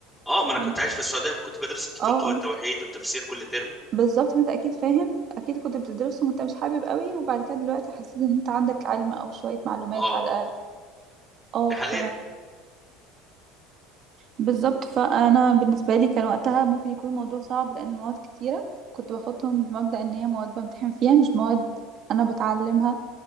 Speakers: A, in the centre; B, on the right.
A: اه ما انا
B: فانت
A: كنت عايش في السعوديه فكنت بدرس الفقه
B: اه
A: والتوحيد
B: اه
A: والتفسير كل ترم
B: بالظبط فانت اكيد فاهم اكيد كنت بتدرسهم وانت مش حابب قوي وبعد كده دلوقتي حسيت ان انت عندك علم او شوية معلومات
A: اه
B: على الاقل اه
A: دي حقيقة
B: ف بالظبط فانا بالنسبة لي كان وقتها ممكن يكون الموضوع صعب لان المواد كتيرة كنت باخدهم بمبدأ ان هي مواد بمتحن فيها مش مواد انا بتعلمها